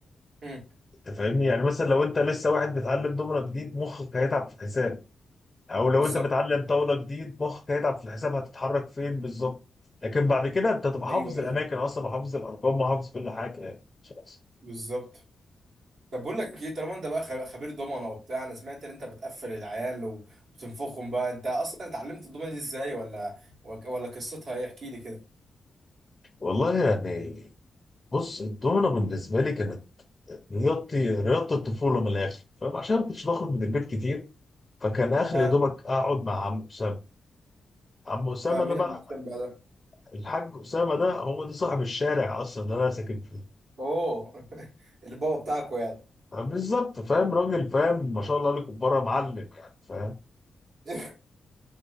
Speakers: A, on the right; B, on the left.
A: امم
B: انت فاهمني يعني مثلا لو انت لسه واحد بيتعلم دومره جديد مخك هيتعب في الحساب او لو
A: بالظبط
B: انت بتعلم طاوله جديد مخك هيتعب في الحساب هتتحرك فين بالظبط لكن بعد كده انت تبقى
A: ايوه
B: حافظ
A: ايوه
B: الاماكن اصلا وحافظ الارقام وحافظ كل حاجه يعني خلاص.
A: بالظبط طب بقول لك ايه طالما انت بقى خب- خبير دومنه وبتاع انا سمعت ان انت بتقفل العيال وبتنفخهم بقى انت اصلا اتعلمت الدومنه دي ازاي ولا ولا قصتها ايه احكي لي كده
B: والله يعني بص الدومينة بالنسبه لي كانت رياضتي رياضه الطفوله من الاخر فعشان ما كنتش بخرج من البيت كتير فكان اخر
A: ها
B: يا دوبك اقعد مع عم اسامه عم اسامه
A: ها مين
B: ده بقى
A: المهتم بقى ده؟
B: الحاج اسامه ده هو ده صاحب الشارع اصلا ده انا ساكن فيه
A: اوه <laughs> البابا بتاعكو يعني
B: بالظبط فاهم راجل فاهم ما شاء الله عليكم بره معلم يعني فاهم؟
A: <laughs>